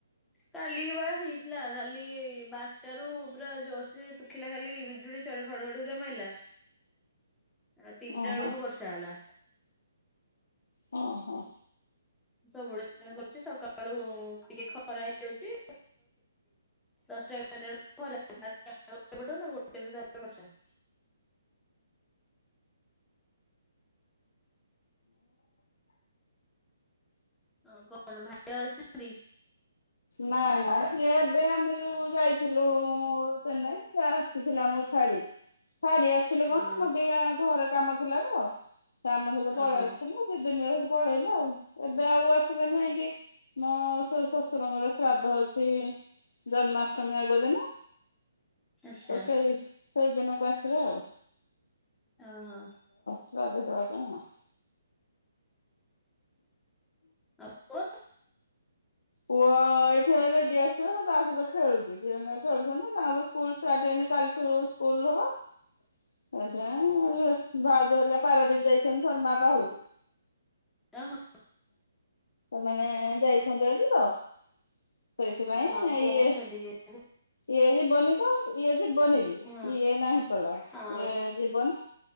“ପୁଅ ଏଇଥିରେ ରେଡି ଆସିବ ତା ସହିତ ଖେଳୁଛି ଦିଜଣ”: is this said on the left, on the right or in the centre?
Left